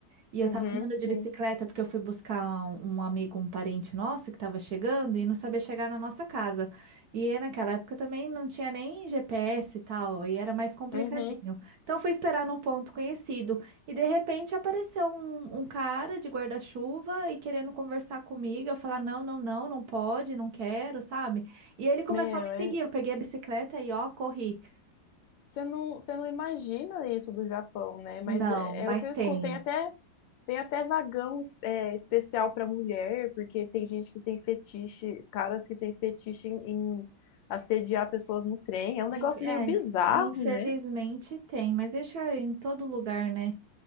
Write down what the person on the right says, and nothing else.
E eu
tava andando de
bicicleta porque eu fui buscar um, um amigo, um parente nosso que tava chegando e não sabia chegar na nossa casa. E naquela época também não tinha nem GPS e tal, e era mais complicadinho.
Então eu fui esperar num ponto conhecido e de repente apareceu um, um cara de guarda-chuva e querendo conversar comigo. Eu falar: não, não, não, não pode, não quero, sabe? E ele começou
a me seguir.
Eu peguei a bicicleta e ó, corri.
Não,
mas
tem.
Inf- É,
infelizmente
tem, mas isso é em todo lugar, né?